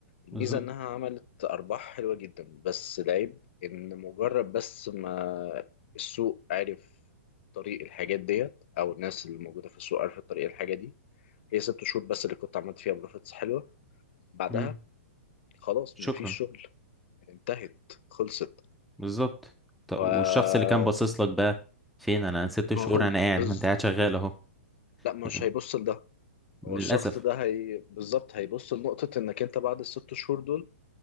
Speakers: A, on the left; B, in the centre.
A: الميزة
B: بالظبط
A: إنها عملت أرباح حلوة جدا بس العيب إن مجرد بس ما السوق عرف طريق الحاجات ديت أو الناس اللي موجودة في السوق عرفت طريق الحاجة دي هي ست شهور بس اللي كنت عملت فيها بروفيتس حلوة بعدها
B: امم
A: خلاص
B: شكرا
A: مفيش شغل انتهت خلصت
B: بالظبط طب
A: ف <laughs>
B: والشخص اللي كان باصص لك بقى فين انا ست شهور
A: هو
B: انا قاعد
A: بز...
B: ما انت قاعد شغال اهو
A: لا
B: <laughs>
A: مش
B: يعني
A: هيبص لده هو
B: للاسف
A: الشخص ده هي بالظبط هيبص لنقطة إنك أنت بعد الست شهور دول